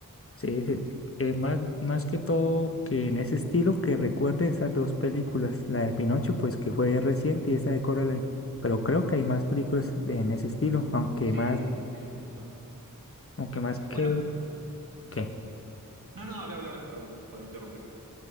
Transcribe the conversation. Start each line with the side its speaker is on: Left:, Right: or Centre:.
Left: Sí, sí, sí. Eh, más, más que todo que en ese estilo que recuerde esas dos películas, la de Pinocho, pues que fue reciente y esa de Coraline. Pero creo que hay más películas de- en ese estilo, aunque
Right: Sí,
Left: más,
Right: sí, hay un montón.
Left: aunque más que,
Right: Bueno,
Left: ¿qué?
Right: no, no, habla, habla, habla, perdón por interrumpirte.